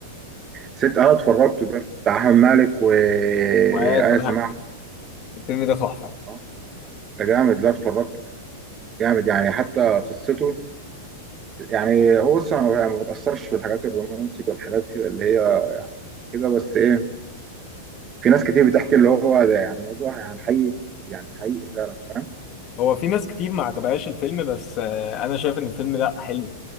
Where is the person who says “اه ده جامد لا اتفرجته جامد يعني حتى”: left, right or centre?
Right